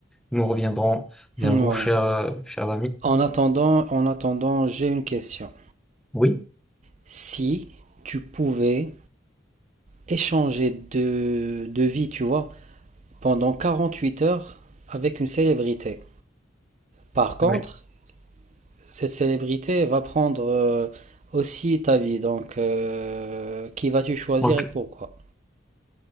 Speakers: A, in the centre; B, on the right.
A: Nous reviendrons vers
B: Ouais.
A: vous, chers, euh, chers amis.
B: En attendant, en attendant, j'ai une question.
A: Oui,
B: Si tu pouvais échanger de, de vie, tu vois, pendant 48 heures avec une célébrité. Par contre,
A: oui.
B: cette célébrité va prendre euh, aussi ta vie, donc euh, qui vas-tu choisir
A: Ok.
B: et pourquoi?